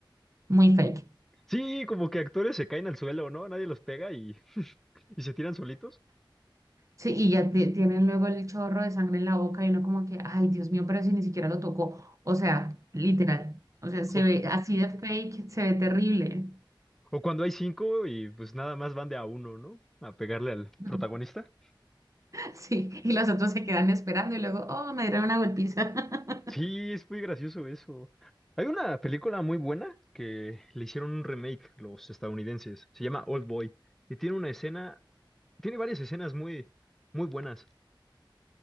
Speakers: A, on the right; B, in the centre.
A: muy fake.
B: Sí, como que actores se caen al suelo, ¿no? Nadie los pega y, y se tiran solitos.
A: Sí, y ya ti- tienen luego el chorro de sangre en la boca y uno como que, ay, Dios mío, pero si ni siquiera lo tocó. O sea, literal. O sea, se
B: O,
A: ve así de fake, se ve terrible.
B: o cuando hay cinco y pues nada más van de a uno, ¿no? A pegarle al
A: <laughs>
B: protagonista.
A: Sí, y los otros se quedan esperando y luego, oh, me dieron una golpiza. <laughs>
B: Sí, es muy gracioso eso. Hay una película muy buena que le hicieron un remake los estadounidenses. Se llama Old Boy. Y tiene una escena, tiene varias escenas muy, muy buenas.